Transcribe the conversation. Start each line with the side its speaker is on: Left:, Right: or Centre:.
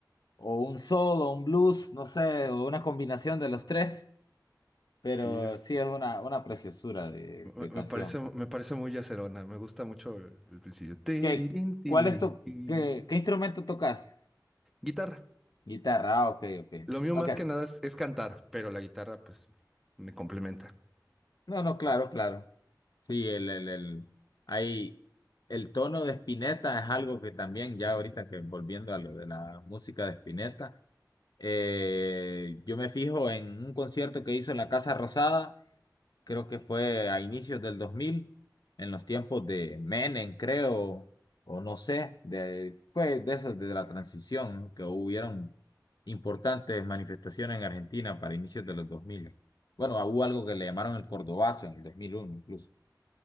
Left: o un soul, o un blues, no sé, o una combinación de los tres. Pero
Centre: Sí, es.
Left: sí es una, una preciosura de,
Centre: Me
Left: de canción.
Centre: me parece, me parece muy yacerona, me gusta mucho el, el principio. Tirirín,
Left: ¿Qué,
Centre: tirirín,
Left: cuál es tu,
Centre: tirirín.
Left: qué, qué instrumento tocas?
Centre: Guitarra.
Left: Guitarra, ah, ok, ok.
Centre: Lo mío
Left: Ok.
Centre: más que nada es, es cantar, pero la guitarra pues me complementa.
Left: No, no, claro, claro. Sí, el, el, el, hay, el tono de Spinetta es algo que también, ya ahorita que volviendo a lo de la música de Spinetta, eh, yo me fijo en un concierto que hizo en la Casa Rosada. creo que fue a inicios del dos mil en los tiempos de Menem, creo, o no sé, de, pues de esas, de la transición, ¿no? que hubieron importantes manifestaciones en Argentina para inicios de los dos mil Bueno, hubo algo que le llamaron el Cordobazo en el 2001 incluso.